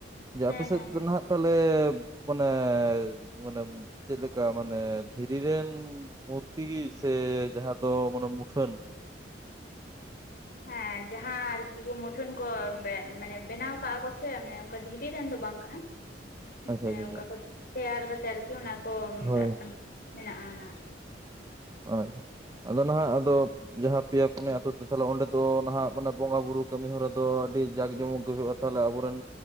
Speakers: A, on the right; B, on the left.
A: ᱡᱮ
B: ᱦᱮᱸ
A: ᱟᱯᱮ ᱥᱮᱫ
B: ᱦᱮᱸ ᱦᱮᱸ
A: ᱫᱚ ᱱᱟᱦᱟᱜ ᱛᱷᱟᱞᱮᱵ ᱯᱟᱱᱮ, ᱢᱟᱱᱮᱢ ᱪᱮᱜ ᱞᱮᱠᱟ, ᱢᱟᱱᱮ ᱫᱷᱤᱨᱤ ᱨᱮᱱ ᱢᱩᱨᱛᱤ ᱜᱤ ᱥᱮ ᱡᱟᱦᱟ ᱫᱚ ᱢᱟᱱᱮ ᱢᱩᱴᱷᱟᱹᱱ?
B: ᱦᱮᱸᱻ ᱡᱟᱦᱟᱸ ᱟᱨᱠᱤ ᱠᱚ, ᱢᱩᱴᱷᱟᱹᱱ ᱠᱚ ᱵᱮᱜ ᱢᱟᱱᱮ ᱵᱮᱱᱟᱣ ᱠᱟᱜᱼᱟ ᱠᱚ ᱥᱮ ᱢᱟᱱᱮ ᱚᱝᱠᱟ ᱫᱷᱤᱨᱤ ᱨᱮᱱ ᱫᱚ ᱵᱟᱝ ᱠᱟᱱᱟ,
A: ᱟᱪᱪᱷᱟ
B: ᱢᱟᱱᱮ
A: ᱟᱪᱪᱷᱟ
B: ᱚᱝᱠᱟ
A: ᱟᱪᱪᱷᱟ
B: ᱠᱚ ᱛᱮᱭᱟᱨ ᱠᱟᱛᱮ ᱟᱨᱠᱤ ᱚᱱᱟ ᱠᱚ ᱢᱮᱱᱫᱟᱜ
A: ᱦᱳᱭ
B: ᱟᱱ, ᱢᱮᱱᱟᱜᱼᱟ᱾
A: ᱟᱪᱪᱷᱟ ᱟᱫᱚ ᱱᱟᱦᱟᱜ, ᱟᱫᱚ ᱡᱟᱦᱟ ᱯᱮᱭᱟ, ᱯᱩᱱᱭᱟ ᱟᱛᱩ ᱛᱮ ᱛᱷᱟᱞᱮ ᱚᱸᱰᱮ ᱫᱚ ᱱᱟᱦᱟᱜ, ᱢᱟᱱᱮ ᱵᱚᱸᱜᱟ, ᱵᱩᱨᱩ ᱠᱟᱹᱢᱤ ᱦᱚᱨᱟ ᱫᱚ ᱟᱹᱰᱤ ᱡᱟᱠ ᱡᱚᱢᱚᱠ ᱜᱮ ᱦᱩᱭᱩᱜᱼᱟ! ᱛᱷᱟᱞᱮ ᱟᱵᱚᱨᱮᱱ